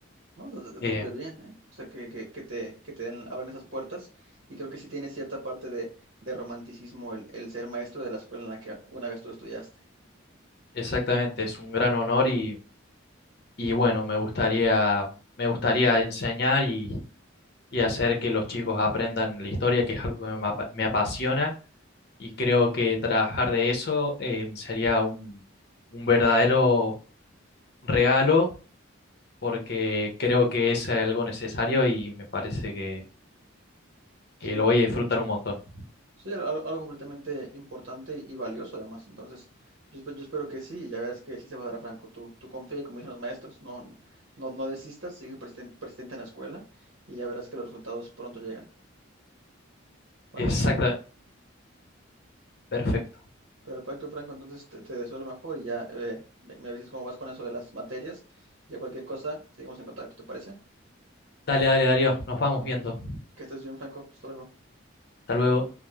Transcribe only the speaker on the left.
Eh,
Exactamente, es un gran honor y, y bueno, me gustaría, me gustaría enseñar y, y hacer que los chicos aprendan la historia, que es algo que me, apa- me apasiona y creo que trabajar de eso eh, sería un, un verdadero regalo porque creo que es algo necesario y me parece que, que
lo voy a disfrutar un montón.
Exacto, perfecto.
Dale, dale, Darío, nos vamos viendo.
Hasta luego.